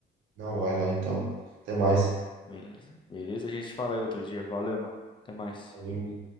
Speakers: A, on the right; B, on the left.
A: Não, vai lá então. Até mais.
B: Beleza? Beleza, a gente fala aí outro dia. Valeu, mano. Até mais.
A: Valeu.